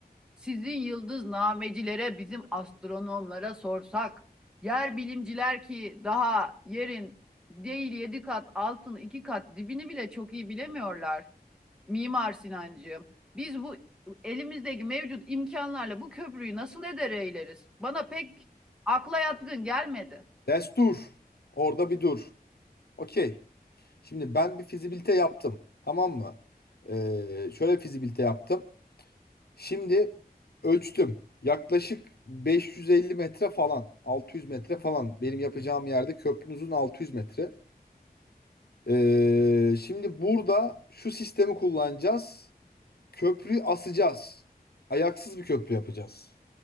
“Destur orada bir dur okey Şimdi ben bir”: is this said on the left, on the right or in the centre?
Left